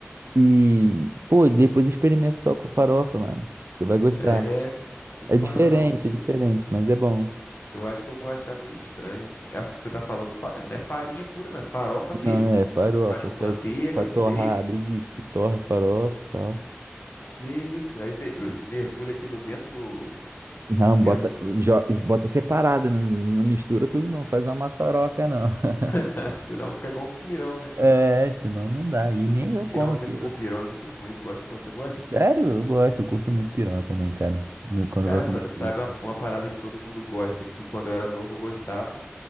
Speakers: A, on the right (about 70°); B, on the left (about 55°).
A: e, pô, depois experimenta só com farofa, mano. Você vai gostar.
B: É. Com
A: É
B: farofa,
A: diferente, é
B: foi-
A: diferente, mas é bom.
B: eu acho que eu vou achar meio estranho, assim. A- Você tá falando, fa- não é farinha pura, não, é farofa
A: Não,
B: mesmo.
A: é farofa,
B: Aquela que faz com
A: aquela
B: manteiga,
A: com a
B: com
A: torrada,
B: bacon.
A: isso, que torra a farofa e tal.
B: Que isso? Aí você eh, mergulha aquilo dentro do.
A: Não,
B: Dentro
A: bota,
B: do.
A: jo- bota separado, né? Não, mistura tudo, não. Faz uma maçaroca, não. <laughs>
B: <laughs> Senão fica igual um pirão, né?
A: É, senão não dá. E nem eu
B: Pirão,
A: como aqui.
B: você... pô,
A: Eu-
B: pirão é muito ruim, não gosto não. Você gosta, cara?
A: sério, eu gosto, eu curto muito pirão também, cara. No- Quando
B: Cara,
A: vai comer
B: sa- sabe
A: peixe.
B: uma, uma parada que todo mundo gosta, que quando eu era novo eu gostava,